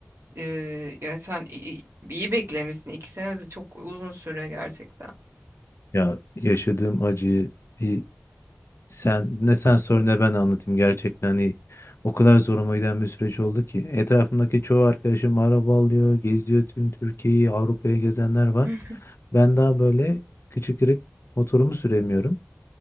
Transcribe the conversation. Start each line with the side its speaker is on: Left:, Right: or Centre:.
Right: e, ya sen iyi, iyi beklemişsin iki sene de çok uzun süre gerçekten.
Left: Ya yaşadığım acıyı bir sen ne sen sor ne ben anlatayım gerçekten hani o kadar zoruma giden bir süreç oldu ki etrafımdaki çoğu arkadaşım araba alıyor, geziyor tüm Türkiye'yi, Avrupa'ya gezenler var.
Right: <laughs>
Left: Ben daha böyle küçük kırık motorumu süremiyorum.